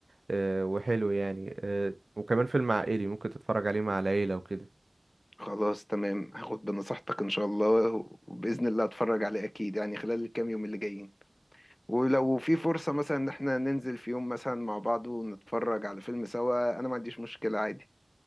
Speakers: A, on the right; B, on the left.
A: آه، وحلو يعني آه، وكمان فيلم عائلي ممكن تتفرج عليه مع العيله وكده
B: خلاص تمام هاخد بنصيحتك ان شاء الله وباذن الله اتفرج عليه اكيد يعني خلال الكام يوم اللي جايين ولو في فرصة مثلا ان احنا ننزل في يوم مثلا مع بعض ونتفرج على فيلم سوا انا ما عنديش مشكلة عادي